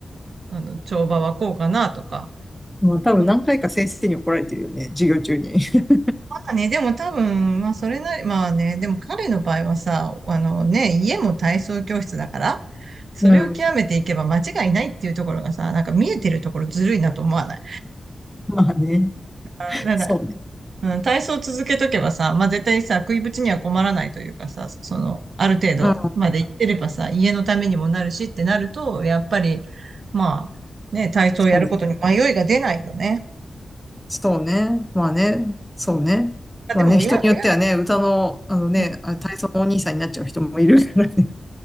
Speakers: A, on the right; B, in the centre.
A: あの、跳馬はこうかなとか。
B: まあ、多分何回か先生に怒られてるよね、
A: ま
B: 授業中に。<laughs>
A: あね、でも多分、まあそれなり、まあね、でも彼の場合はさ、あのね、家も体操教室だから、それを極めていけば間違いないっていうところがさ、
B: うん。
A: なんか見えてるところずるいなと思わない。
B: まあね。
A: あなんか
B: そうね。
A: うん、体操を続けとけばさ、まあ、絶対さ、食いぶちには困らないというかさ、その、ある程度まで行ってればさ、
B: うん。
A: 家のためにもなるしってなると、やっぱり、まあ、ね、体操をやることに迷いが出ないよね。
B: そうね。そうね。まあね。そうね。
A: あ、
B: まあね、
A: でも親、
B: 人によってはね、
A: 親がど
B: 歌の、あのね、
A: う
B: あ体操のお兄さんになっちゃう人もいるからね。